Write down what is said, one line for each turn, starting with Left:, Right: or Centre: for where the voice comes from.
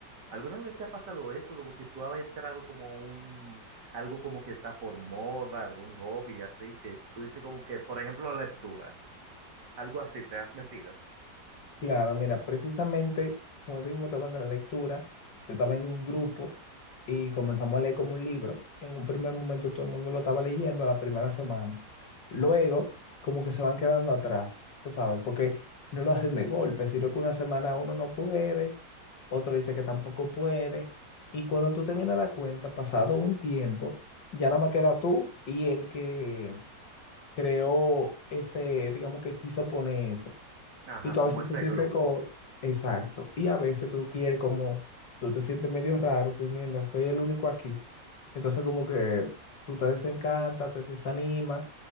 Right: ¿Alguna vez te ha pasado eso? Como que tú has entrado como a un, algo como que está por moda, algún hobby, así, que tú dices como que, por ejemplo, lectura, algo así, te has metido.
Left: Claro, mira, precisamente con ese mismo tema de la lectura, yo estaba en un grupo y comenzamos a leer como un libro. En un primer momento todo el mundo lo estaba leyendo a la primera semana. Luego, como que se van quedando atrás, tú sabes, porque no lo hacen de golpe, sino que una semana uno no puede, otro dice que tampoco puede. Y cuando tú te vienes a dar cuenta, pasado un tiempo, ya nada más queda tú y el que creó ese, digamos que quiso poner eso.
Right: Ajá,
Left: Y tú
Right: como
Left: a veces
Right: ese
Left: te sientes
Right: grupo.
Left: como, exacto. Y a veces tú quieres como, tú te sientes medio raro, tú mierda, soy el único aquí. Entonces como que tú te desencantas, te desanimas